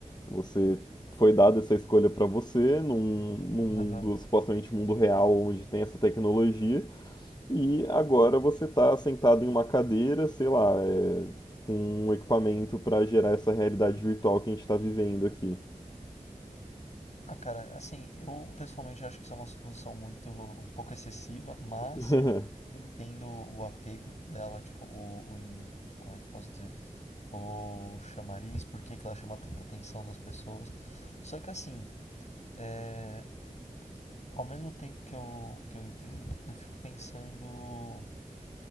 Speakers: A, on the left; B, on the left.
A: Você foi dada essa escolha para você num, num mundo,
B: Aham.
A: supostamente um mundo real, onde tem essa tecnologia, e agora você está sentado em uma cadeira, sei lá, é, com um equipamento para gerar essa realidade virtual que a gente está vivendo aqui.
B: Ah, cara, assim, eu pessoalmente acho que isso é uma suposição muito, um pouco excessiva, mas
A: <laughs>
B: eu entendo o apego dela, tipo, o, o in- como é que eu posso dizer? O chamariz, por que que ela chama tanta atenção das pessoas. Só que assim, é, ao mesmo tempo que eu, que eu entendo, eu fico pensando